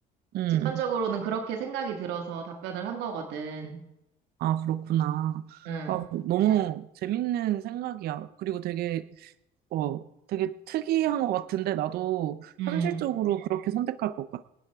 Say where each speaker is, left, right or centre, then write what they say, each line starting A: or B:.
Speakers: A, on the right (about 65°); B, on the right (about 85°).
A: 음.
B: 직관적으로는 그렇게 생각이 들어서 답변을 한 거거든.
A: 아, 그렇구나.
B: 응,
A: 아, 너무 재밌는 생각이야. 그리고 되게, 어, 되게 특이한 것 같은데, 나도
B: 응,
A: 현실적으로 그렇게 선택할 것 같아.